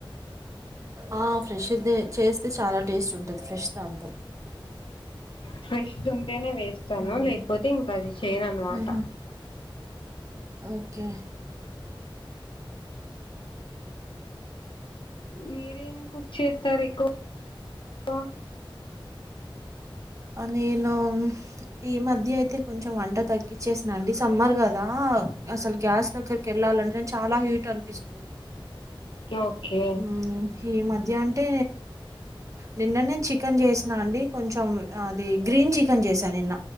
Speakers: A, on the right (about 35°); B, on the left (about 65°).
A: ఆ ఫ్రెష్ దే చేస్తే చాలా టేస్ట్ ఉంటది ఫ్రెష్ దాంతో
B: ఫ్రెష్ తింటేనే వేస్తాను
A: ఉమ్.
B: లేకపోతే ఇంకా అది చేయను అనమాట
A: ఉహు ఓకే
B: మీరేం కుక్ చేస్తారు ఎక్కువగా
A: ఆ నేను ఈ మధ్య అయితే కొంచెం వంట తగ్గచ్చేసినండి సమ్మర్ కదా అసలు గ్యాస్ దగ్గరికి వెళ్లంటేనే చాలా హీట్ అనిపిస్తుంది
B: ఓకే
A: ఉమ్ ఈ మధ్య అంటే నిన్ననే చికెన్ చేసినా అండి కొంచెం ఆ అది గ్రీన్ చికెన్ చేసా నిన్న